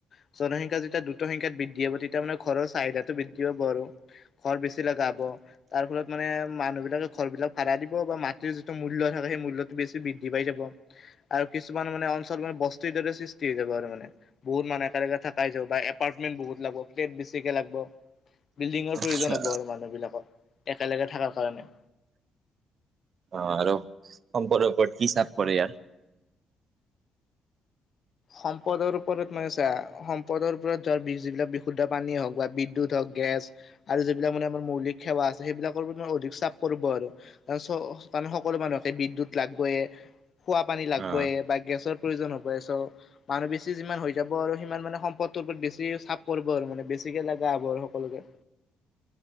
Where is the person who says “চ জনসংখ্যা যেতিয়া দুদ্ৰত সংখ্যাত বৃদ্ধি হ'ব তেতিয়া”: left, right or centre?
Left